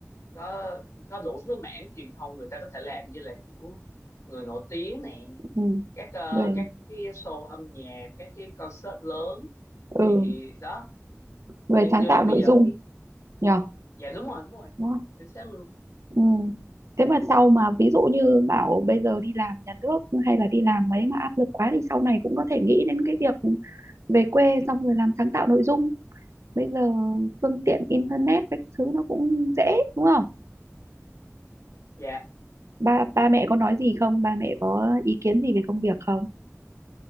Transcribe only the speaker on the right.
ừ
về
ừ
người
sáng
tạo
nội
dung
nhờ
đúng không?
ừ. thế mà sau mà ví dụ như bảo bây giờ đi làm nhà nước hay là đi làm mấy mà áp lực quá thì sau này cũng có thể nghĩ đến cái việc về quê xong rồi làm sáng tạo nội dung bây giờ phương tiện internet các thứ nó cũng dễ đúng không
ba ba mẹ có nói gì không ba mẹ có ý kiến gì về công việc không